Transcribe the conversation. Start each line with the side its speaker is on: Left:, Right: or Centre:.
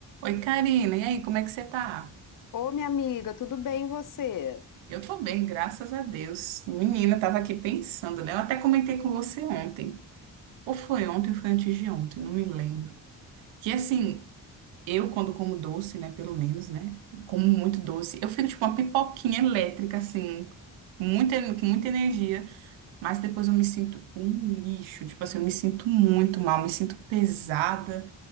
Right: Oi, Karina, e aí, como é que você tá?
Left: Ô, minha amiga, tudo bem e você?
Right: Eu tô bem, graças a Deus. Menina, tava aqui pensando, né? Eu até comentei com você ontem. Ou foi ontem, ou foi antes de ontem, não me lembro. Que assim, eu quando como doce, né, pelo menos, né? Como muito doce, eu fico tipo uma pipoquinha elétrica, assim, muita, com muita energia, mas depois eu me sinto um lixo, tipo assim, eu me sinto muito mal, me sinto pesada